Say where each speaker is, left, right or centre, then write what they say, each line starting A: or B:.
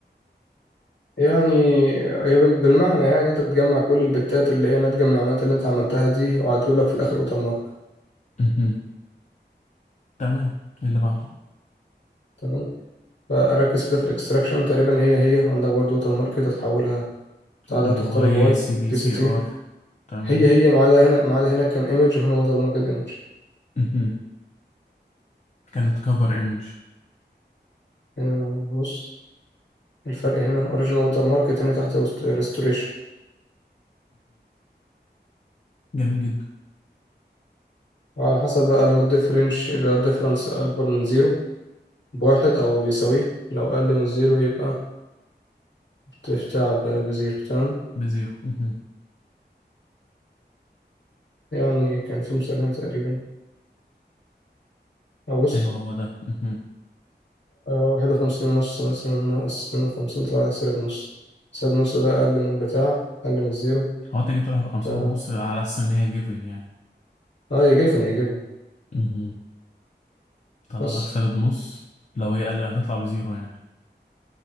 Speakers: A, on the left (about 80°); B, on the left (about 45°).
A: يعني هي بال- بالمعنى يعني انت بتجمع كل البتات اللي هي ناتجة من العمليات اللي انت عملتها دي وهتجيب لك في الاخر ووتر مارك
B: مهم. تمام اللي بعده
A: تمام فركز كده في الاكستراكشن تقريبا هي هي عندك برضو ووتر مارك كده تحولها بعدها
B: اللي
A: تختار
B: هو ايه
A: الواي
B: سي بي
A: دي
B: سي
A: سي تي
B: ار تمام
A: هي هي ما عدا هنا ما عدا هناك كان ايمج وهنا ووتر مارك ايمج
B: مهم. كانت كفر ايمج
A: هنا بص الفرق هنا اوريجين ووتر مارك تاني تحت ريستوريشن
B: جميل جدا
A: وعلى حسب بقى لو الديفرنش لو الديفرنس اكبر من زيرو بواحد او بيساويه لو اقل من زيرو يبقى بتتعب بزيرو تمام
B: بزيرو مهم.
A: يعني كان في مثال هنا تقريبا ابص
B: ايوه هو ده مهم.
A: واحد وخمسين ونص مثلا ناقص اتنين وخمسين طلع لك سالب نص سالب نص ده اقل من بتاع اقل من زيرو
B: هو انت جبت واحد وخمسين
A: ف...
B: ونص على السنية جيفن يعني
A: اه يا جيفن يا جيفن
B: مهم. طلع
A: بس
B: لك سالب نص لو هي أقل هتطلع بزيره يعني